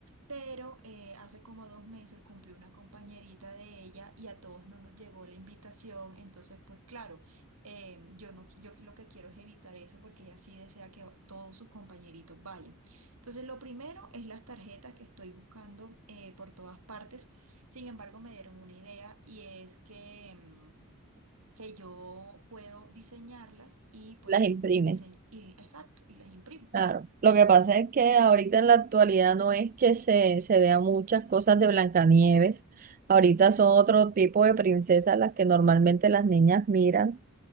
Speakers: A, on the right (about 75°); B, on the right (about 40°).
A: pero eh, hace como dos meses cumplió una compañerita de ella y a todos no nos llegó la invitación, entonces pues claro. eh, yo no, yo lo que quiero es evitar eso porque ella sí desea que todos sus compañeritos vayan. Entonces, lo primero es las tarjetas que estoy buscando eh, por todas partes. Sin embargo, me dieron una idea y es que, mm, que yo puedo diseñarlas y pues
B: Las imprimes.
A: impri- dise- y, exacto, y las imprimo.
B: Claro, lo que pasa es que ahorita en la actualidad no es que se, se vean muchas cosas de Blancanieves, ahorita son otro tipo de princesas las que normalmente las niñas miran,